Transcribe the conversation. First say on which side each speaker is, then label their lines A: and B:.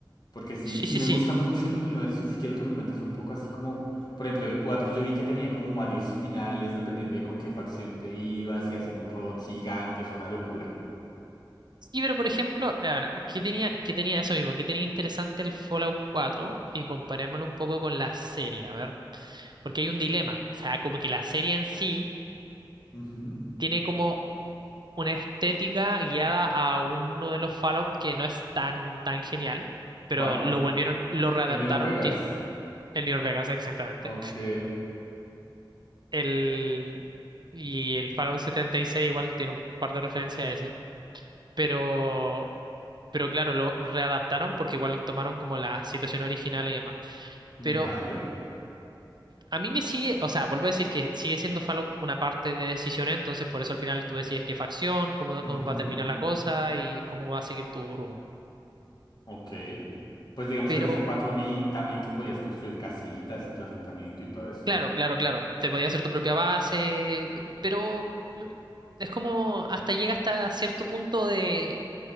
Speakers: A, on the left (about 55°); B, on the right (about 60°).
A: Porque sí,
B: sí,
A: sí
B: sí,
A: me
B: sí.
A: gusta mucho el universo y sí quiero que me cuentes un poco así como, por ejemplo, el 4 yo vi que tenía como varios finales dependiendo de con qué facción te ibas, si hacían un robot gigante, o sea, una locura.
B: Sí, pero por ejemplo, a ver, ¿qué tenía, qué tenía eso mismo? ¿Qué tenía interesante el Fallout cuatro Y comparémoslo un poco con la serie, a ver, porque hay un dilema. O sea, como que la serie en sí
A: Ujú.
B: tiene como una estética guiada a uno de los Fallout que no es tan, tan genial, pero
A: ¿Cuál?
B: lo volvieron, lo readaptaron,
A: El New Vegas.
B: que es el New Vegas exactamente.
A: Ok.
B: El, y el Fallout 76 igual tiene un par de referencias a ese, pero, pero claro, lo readaptaron porque igual tomaron como la situación original y demás.
A: Vale.
B: Pero a mí me sigue, o sea, vuelvo a decir que sigue siendo Fallout una parte de decisiones, entonces por eso al final tú decides qué facción, cómo
A: Ujú.
B: va a terminar la cosa y cómo va a seguir tu rumbo.
A: Ok. Pues digamos
B: Pero
A: que en ese 4 vi también que podías construir casitas y tu asentamiento y todo eso.
B: Claro, claro, claro. Te podía hacer tu propia base, pero mm, es como hasta llega hasta cierto punto de